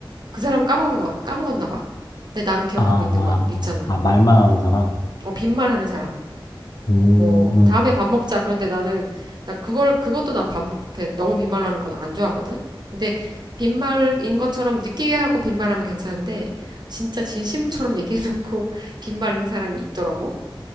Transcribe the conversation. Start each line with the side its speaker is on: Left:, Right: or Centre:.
Right: 그 사람은 까먹은 거, 까먹었나 봐. 근데 나는 기억하고
Left: 아, 아,
Right: 있는 거 있잖아.
Left: 아, 아, 말만 하는 사람?
Right: 어, 빈말하는 사람.
Left: 음,
Right: 뭐,
Left: 음.
Right: 다음에 밥 먹자. 그런데 나는, 나 그걸, 그것도 난 밥, 먹- 게 너무 빈말로 하는 건 안 좋아하거든? 근데 빈말인 것처럼 느끼게 하고 빈말하면 괜찮은데, 진짜 진심처럼 얘기해놓고 <laughs> 빈말인 사람이 있더라고.